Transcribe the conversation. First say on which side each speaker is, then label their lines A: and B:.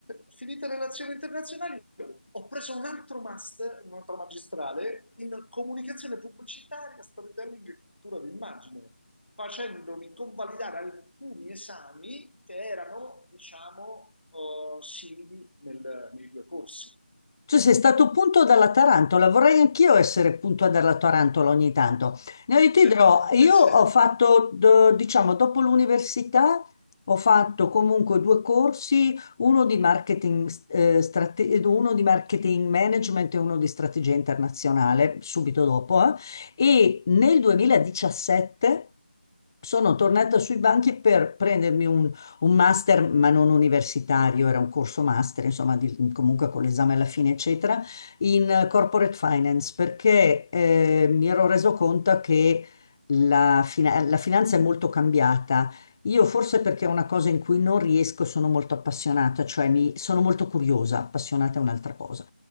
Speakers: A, on the left; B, on the left.
A: finita relazioni internazionali, ho preso un altro master, un'altra magistrale in comunicazione pubblicitaria, storytelling e cultura d'immagine facendomi convalidare alcuni esami che erano, diciamo, eh, simili nel- nei due corsi.
B: Tu sei stato punto dalla tarantola, vorrei anch'io essere punto dalla tarantola ogni tanto. No, io ti
A: <laughs>
B: dirò, io
A: Eh, sì.
B: ho fatto, do- diciamo, dopo l'università, ho fatto comunque due corsi, uno di marketing, eh, strate- uno di marketing management e uno di strategia internazionale, subito dopo, eh. E nel 2017 sono tornata sui banchi per prendermi un master, ma non universitario, era un corso master, insomma, di- comunque con l'esame alla fine, eccetera, in eh, corporate finance, perché eh, mi ero reso conto che la fina- la finanza è molto cambiata. Io forse perché è una cosa in cui non riesco, sono molto appassionata, cioè mi, sono molto curiosa, appassionata è un'altra cosa.